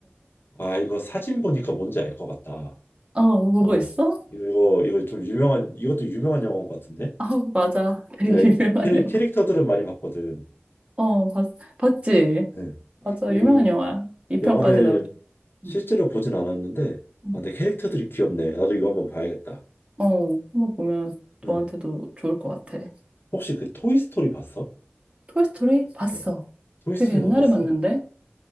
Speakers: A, on the left; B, on the right.
A: 아 이거 사진 보니까 뭔지 알 것 같다.
B: 어, 보고
A: 어,
B: 있어?
A: 이거 이거 좀 유명한 이것도 유명한 영화인 것 같은데
B: 아우, 맞아. <laughs> 되게
A: 내가 이
B: 유명한
A: 캐릭,
B: 영화.
A: 캐릭터들은 많이 봤거든.
B: 어, 봤, 봤지?
A: 응.
B: 맞아,
A: 이
B: 유명한 영화야. 2편까지
A: 영화를
B: 나올 줄.
A: 실제로
B: 응,
A: 보진 않았는데,
B: 응.
A: 아, 근데 캐릭터들이 귀엽네. 나도 이거 한번 봐야겠다.
B: 어, 한번 보면
A: 응.
B: 너한테도 좋을 것 같아.
A: 혹시 그 토이스토리 봤어?
B: 토이스토리 봤어.
A: 응. 토이스토리는
B: 되게 옛날에
A: 어땠어?
B: 봤는데?